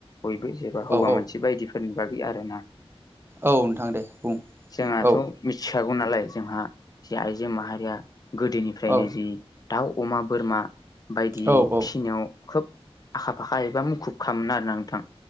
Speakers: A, on the left; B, on the right.
A: बयबो जेबा हौवा
B: औ औ
A: मोनसे बायदिफोरनि बागै आरोना।
B: औ नोंथां दे बुं
A: जोंहाथ'
B: औ।
A: मिथिखागौ नालाय जोंहा जि आइजो माहारिया गोदोनिफ्रायनो
B: औ
A: जि दाउ, अमा, बोरमा बायदि
B: औ औ
A: फिसिनायाव खोब आखा फाखा एबा मुखुबखामोन आरोना नोंथां।